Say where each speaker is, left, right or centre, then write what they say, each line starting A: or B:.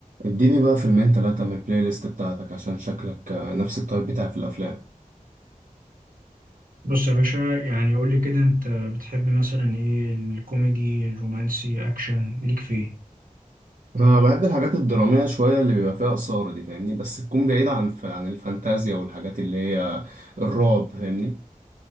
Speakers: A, on the right; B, on the right.
A: اديني بقى فيلمين تلاتة من البلاي ليست بتاعتك عشان شكلك آه، نفس التايب بتاعي في الأفلام
B: بص يا باشا يعني قول لي كده انت بتحب مثلا ايه الكوميدي الرومانسي اكشن ليك في ايه
A: أنا بحب الحاجات الدرامية شوية اللي بيبقى فيها إثارة دي فاهمني بس تكون بعيدة عن ف... عن الفانتازيا والحاجات اللي هي الرعب فاهمني